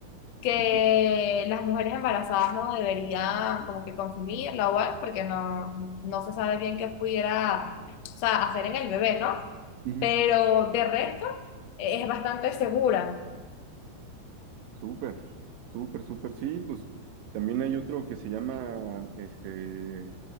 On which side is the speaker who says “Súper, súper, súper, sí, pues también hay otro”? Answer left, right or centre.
Right